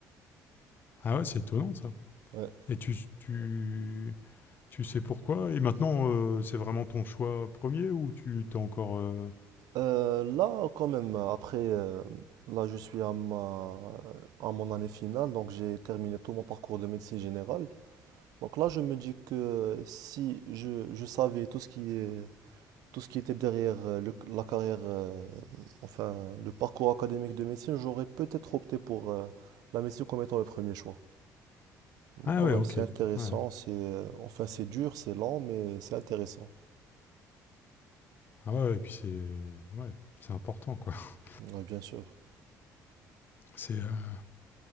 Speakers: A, on the left; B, on the right.
A: Ah ouais, c'est étonnant ça.
B: Ouais.
A: Et tu, tu, tu sais pourquoi? Et maintenant, euh, c'est vraiment ton choix premier ou tu t'es encore. euh,
B: Euh, là, quand même, après, euh, là, je suis à ma, à mon année finale, donc j'ai terminé tout mon parcours de médecine générale. Donc là, je me dis que si je, je savais tout ce qui est Tout ce qui était derrière euh, le- la carrière, euh, enfin le parcours académique de médecine, j'aurais peut-être opté pour euh, la médecine comme étant le premier choix. Donc,
A: Ah
B: Quand
A: ouais,
B: même,
A: ok.
B: c'est intéressant,
A: Ouais.
B: c'est euh, enfin c'est dur, c'est lent, mais c'est intéressant.
A: Ah ouais, et puis c'est. Ouais, c'est important quoi. <laughs>
B: Oui, bien sûr.
A: C'est. euh,